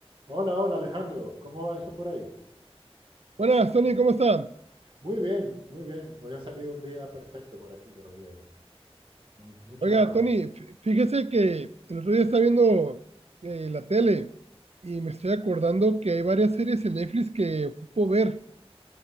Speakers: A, on the right (about 55°); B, on the right (about 80°).
A: Hola, hola Alejandro, ¿cómo va eso por ahí?
B: Buenas, Tony, ¿cómo está?
A: Muy bien, muy bien. Hoy ha salido un día perfecto por aquí, por Oviedo. Muy, mucha...
B: Oiga, Tony, fí- fíjese que el otro día estaba viendo eh, la tele y me estoy acordando que hay varias series en Netflix que ocupo ver.